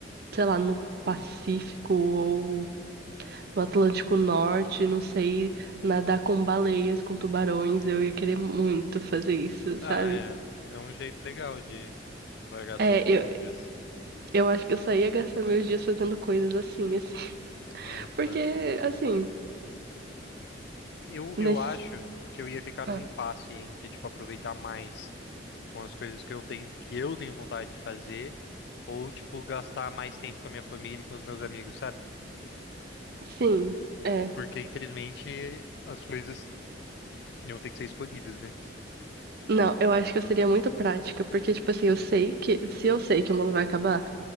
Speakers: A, on the right (about 55°); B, on the left (about 60°).
A: sei lá, no Pacífico ou no Atlântico Norte, não sei, nadar com baleias, com tubarões, eu ia querer muito fazer isso,
B: Ah,
A: sabe?
B: é. É um jeito legal de largar
A: É,
B: seus últimos
A: eu,
B: dias.
A: eu acho que eu só ia gastar meus dias fazendo coisas assim, assim, <laughs>
B: Ah,
A: porque
B: tá.
A: assim,
B: Eu,
A: nesses,
B: eu acho que eu ia ficar
A: Ah.
B: num impasse entre, tipo, aproveitar mais com as coisas que eu tenho, que eu tenho vontade de fazer, ou, tipo, gastar mais tempo com a minha família e com os meus amigos, sabe?
A: sim. é.
B: Porque, infelizmente, as coisas iam ter que ser escolhidas, né?
A: Não, eu acho que eu seria muito prática, porque, tipo assim, eu sei que, se eu sei que o mundo vai acabar,